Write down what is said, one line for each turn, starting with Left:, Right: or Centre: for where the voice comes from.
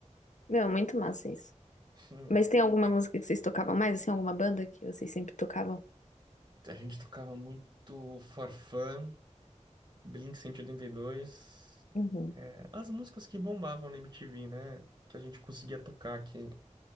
Left: Meu, muito massa isso.
Right: Hum,
Left: Mas tem alguma música que vocês tocavam mais, assim, alguma banda que vocês sempre tocavam?
Right: a gente tocava muito Farfán, Blink 182,
Left: Uhum.
Right: é, as músicas que bombavam na MTV, né, que a gente conseguia tocar, que